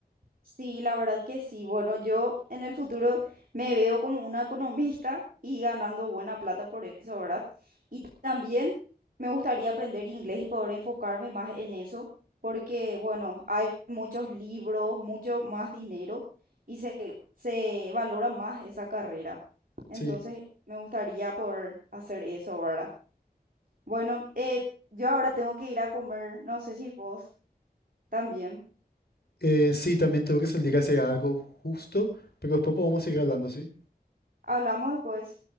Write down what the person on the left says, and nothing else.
Sí.
Eh, sí, también tengo que salir a hacer algo justo, pero después podemos seguir hablando, ¿sí?